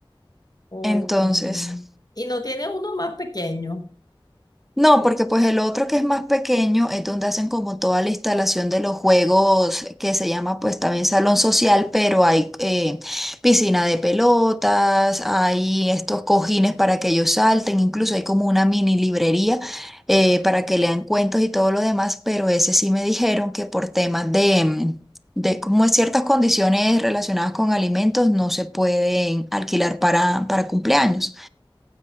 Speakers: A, on the left; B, in the centre.
A: Oh,
B: Entonces...
A: y no tienes uno más pequeño.
B: No, porque pues el otro que es más pequeño es donde hacen como toda la instalación de los juegos que se llama pues también salón social, pero hay eh, piscina de pelotas, hay estos cojines para que ellos salten, incluso hay como una mini librería eh, para que lean cuentos y todo lo demás, pero ese sí me dijeron que por temas de, mm, de como ciertas condiciones relacionadas con alimentos no se pueden alquilar para, para cumpleaños.